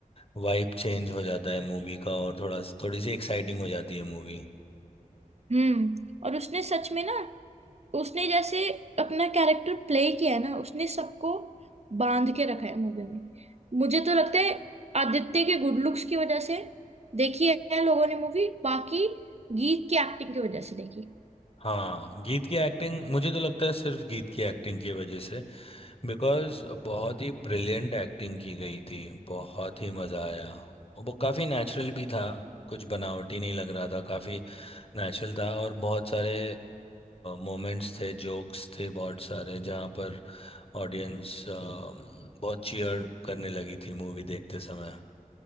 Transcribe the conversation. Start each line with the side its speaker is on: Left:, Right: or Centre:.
Left: वाइब चेंज हो जाता है मूवी का और थोड़ा थोड़ी सी एक्साइटिंग हो जाती है मूवी
Right: हम्म और उसने सच में ना उसने जैसे अपना कैरेक्टर प्ले किया है ना उसने सबको बांध के रखा है मूवी में मुझे तो लगता है आदित्य के गुड लुक्स की वजह से देखी है लोगों ने मूवी बाकी गीत की एक्टिंग की वजह से देखी
Left: हाँ गीत की एक्टिंग मुझे तो लगता है सिर्फ गीत की एक्टिंग की वजह से बिकॉज बहुत ही ब्रिलियंट एक्टिंग की गई थी बहुत ही मजा आया वो काफी नेचुरल भी था कुछ बनावटी नहीं लग रहा था काफी नेचुरल था और बहुत सारे मोमेंट्स थे जोक्स थे बहुत सारे जहाँ पर ऑडियंस बहुत चीयर करने लगी थी मूवी देखते समय